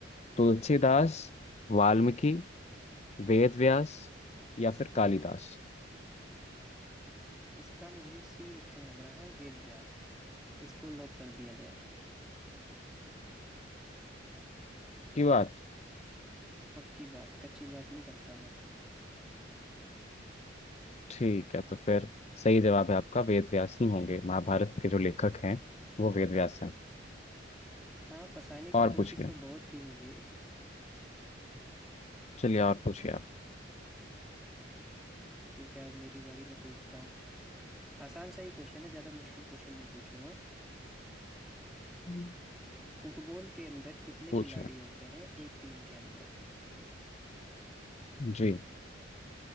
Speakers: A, on the left; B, in the centre.
A: तुलसीदास वाल्मीकि वेद व्यास या फिर कालिदास
B: इसका मुझे सी ऑप्शन लग रहा है वेद व्यास इसको लॉक कर दिया जाए
A: की बात
B: पक्की बात कच्ची बात नहीं करता मैं
A: ठीक है तो फिर सही जवाब है आपका वेद व्यास ही होंगे महाभारत के जो लेखक हैं वो वेद व्यास हैं
B: हाँ फंसाने की
A: और
B: कोशिश
A: पूछिए
B: तो बहुत की मुझे
A: चलिए और पूछिए आप
B: ठीक है अब मेरी बारी मैं पूछता हूँ आसान सा ही क्वेश्चन है ज्यादा मुश्किल क्वेश्चन नहीं पूछूंगा
A: हम्म।
B: फुटबॉल के अंदर कितने
A: पूछिए
B: खिलाड़ी होते हैं एक टीम के अंदर
A: जी